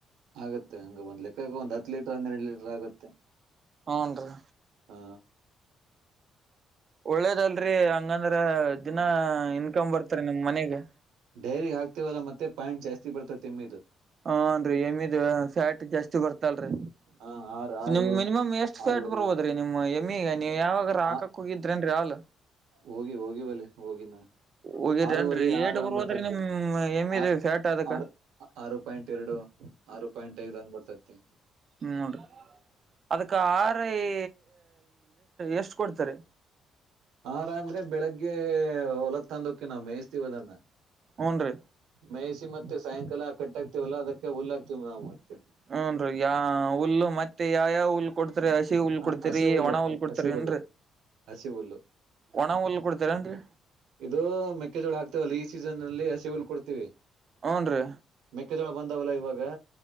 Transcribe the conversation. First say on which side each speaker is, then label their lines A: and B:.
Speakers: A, on the right; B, on the right.
A: ಆಗತ್ತೆ ಹಂಗ ಒಂದ ಲೆಕ್ಕಾಗ ಒಂದ್ ಹತ್ತ ಲೀಟರ್ ಹನ್ನೆರಡ ಲೀಟರ್ ಆಗುತ್ತೆ.
B: ಹನ್ರಿ
A: ಹಾ
B: ಒಳ್ಳೇದಲ್ರಿ ಹಂಗಂದ್ರ ದಿನ ಇನ್ಕಮ ಬರ್ತರಿ ನಿಮ್ಮ ಮನೆಗೆ
A: ಡೈರಿಗ ಹಾಕ್ತಿವಲ್ಲ ಮತ್ತೆ ಪಾಯಂಟ್ ಜಾಸ್ತಿ ಬರ್ತತ ತಿಮ್ಮಿದ
B: ಹಾನ್ರಿ ಎಮಿದ ಫ್ಯಾಟ್ ಜಾಸ್ತಿ ಬರ್ತಲ್ರಿ.
A: ಹ ಆರು ಆರು
B: ನಿಮ್ಮ ಮಿನಿಮಮ್ ಎಷ್ಟ್ ಫ್ಯಾಟ್
A: ಆರೂವರೆ
B: ಬರ್ಬೋದ್ರೀ ನಿಮ್ ಎಮಿಗ ನೀ ಯಾವಾಗ ಟ್ರಾಕಾಕ
A: ಆ
B: ಹೋಗಿದ್ರೇನ್ರಿ ಹಾಲ.
A: ಹೋಗಿ ಹೋಗಿ ಬಲಿ ಹೋಗಿ ನಾ
B: ಹೋಗಿದ್ರೇನ್ರಿ
A: ಆರವರೆ ಆರ
B: ಏಟ್
A: ಹಂಗ
B: ಬರ್ಬೋದ್ರಿ
A: ಬರ್ತತಿ
B: ನಿಮ್ ಎಮ್ಮಿದ
A: ಆ
B: ಫ್ಯಾಟ್ ಅದಕ್ಕ
A: ಆರ ಆರು ಪಾಯಿಂಟ್ ಎರಡು ಆರು ಪಾಯಿಂಟ್ ಐದ ಅಂಗ ಬರತೈತಿ.
B: ನೋಡ ಅದಕ್ಕ ಆರ ಎ ಎಷ್ಟ ಕೊಡ್ತರೀ.
A: ಆರ ಅಂದ್ರೆ ಬೆಳಿಗ್ಗೆ ಹೊಲತ ತಂದ ಹೊಕ್ಕಿವ ಮೇಯ್ಸ್ತಿವಿ ಅದನ್ನ
B: ಹುನ್ರಿ.
A: ಮೇಯಿಸ ಮತ್ತೆ ಸಾಯಂಕಾಲ ಕಟ್ಟ ಆಕ್ತಿವಲ್ಲಾ ಅದಕ್ಕೆ ಹುಲ್ಲಾಕ್ತತಿವ ನಾವ ಮತ್ತೆ
B: ಹುನ್ರಿ ಯಾ ಹುಲ್ಲು ಮತ್ತೆ ಯಾ ಯಾವ ಹುಲ್ಲ. ಕೊಡ್ತರಿ ಹಸಿ ಹುಲ್ಲ
A: ಹ
B: ಕೊಡ್ತತಿರಿ
A: ಹಸಿ ಹುಲ್ಲೆ
B: ಒಣ ಹುಲ್ಲ ಕೊಡ್ತರನ್ರಿ.
A: ಹಸಿ ಹುಲ್ಲು ಹಸಿ ಹುಲ್ಲು
B: ಒಣ ಹುಲ್ಲ ಕೊಡ್ತೀರನ್ರಿ.
A: ಇದು ಮೆಕ್ಕೆಜೋಳ ಹಾಕ್ತವಲ್ಲ ಈ ಸೀಸನ್ ಅಲ್ಲಿ ಹಸಿ ಹುಲ್ಲ ಕೊಡ್ತೀವಿ.
B: ಹ್ಮ್, ನ್ ರೀ
A: ಮೆಕ್ಕೆಜೋಳ ಬಂದಾವಲ್ಲ ಇವಾಗ-